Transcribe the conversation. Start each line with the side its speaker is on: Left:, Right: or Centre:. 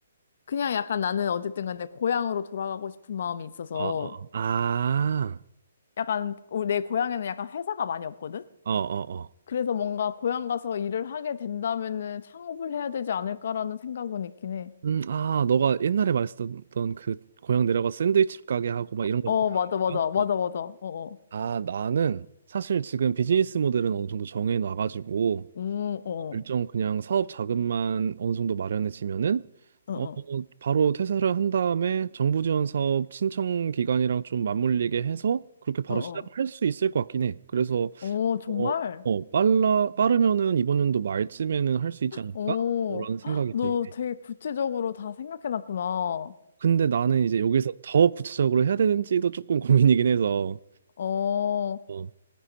Left: 그냥 약간 나는 어쨌든 간에 고향으로 돌아가고 싶은 마음이 있어서
Right: 어, 어, 어. 아,
Left: 약간 우리 내 고향에는 약간 회사가 많이 없거든?
Right: 어, 어, 어.
Left: 그래서 뭔가 고향 가서 일을 하게 된다면은 창업을 해야 되지 않을까라는 생각은 있긴 해.
Right: 음, 아, 너가 옛날에 말했었던 그 고향 내려가 샌드위치 가게 하고 막 이런 거.
Left: 어,
Right: 말하는
Left: 맞아, 맞아,
Right: 건가?
Left: 맞아, 맞아. 어, 어.
Right: 어. 아, 나는 사실 지금 비즈니스 모델은 어느 정도 정해 놔가지고
Left: 음, 어,
Right: 어, 일정
Left: 어,
Right: 그냥 사업 자금만 어느 정도 마련해지면은
Left: 어, 어,
Right: 어, 바로 퇴사를 한 다음에 정부 지원 사업 신청 기간이랑 좀 맞물리게 해서 그렇게 바로
Left: 어. 어.
Right: 시작을 할 수 있을 것 같긴 해. 그래서
Left: 어, 정말?
Right: 어, 어, 빨라, 빠르면은 이번 연도 말쯤에는 할 수 있지 않을까?
Left: 어,
Right: 라는 생각이
Left: 헉, 너
Right: 들긴 해.
Left: 되게 구체적으로 다 생각해놨구나. 어,
Right: 근데 나는 이제 여기서 더 구체적으로 해야 되는지도 조금 <laughs> 고민이긴 해서.
Left: 어,
Right: 어,